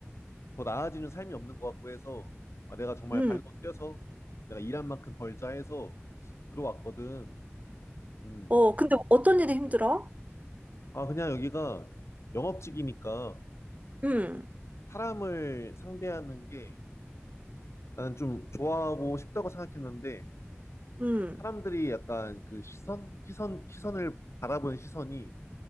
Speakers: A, on the left; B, on the right.
A: 더 나아지는 삶이 없는 것 같고 해서 아, 내가 정말
B: 음.
A: 발로 뛰어서 내가 일한 만큼 벌자 해서 들어왔거든. 음.
B: 어, 근데 어떤 일이 힘들어?
A: 아, 그냥 여기가 영업직이니까
B: 음.
A: 사람을 상대하는 게 나는 좀 좋아하고 싶다고 생각했는데
B: 음.
A: 사람들이 약간 그 시선, 시선, 시선을 바라보는 시선이